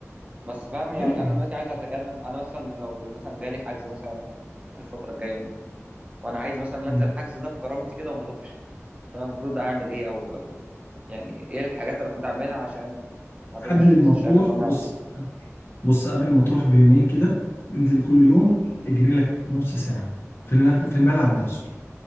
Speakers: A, on the right; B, on the left.
A: بس فاهم يعني
B: طيب
A: انا دلوقتي عايز اتجنب انا مثلا لو مثلا جالي حجز مثلا الفتره الجايه وانا عايز مثلا
B: مم.
A: انزل الحجز ده بكرامتي كده وما ادوخش فانا المفروض اعمل ايه او او يعني ايه الحاجات اللي المفروض اعملها عشان ما ادوخش
B: قبل ما
A: بس
B: تروح
A: شايف ان انا
B: بص بص قبل ما تروح بيومين كده انزل كل يوم اجري لك نص ساعة في الملعب في الملعب نفسه